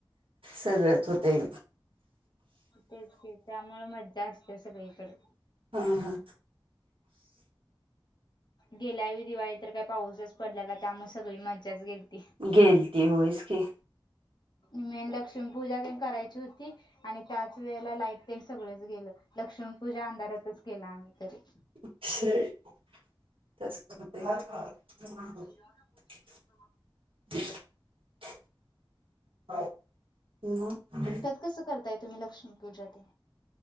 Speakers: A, on the right; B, on the left.
A: सगळच
B: हा
A: होतय.
B: तेच की, त्यामुळे मज्जा असते सगळीकडे.
A: हा हा
B: गेल्यावेळी दिवाळीत तर काय पाऊसच पडलेला त्यामुळे सगळी मजाच गेलती.
A: गेलती हो इकी.
B: मेन लक्ष्मी पूजा पण करायची होती. आणि त्याच वेळेला लाईट तेन सगळेच गेल. लक्ष्मी पूजा अंधारातच केल आम्ही तरी,
A: <unintelligible>
B: - <unintelligible>
A: <unintelligible>
B: कस करताय तुम्ही लक्ष्मी पूजा ते?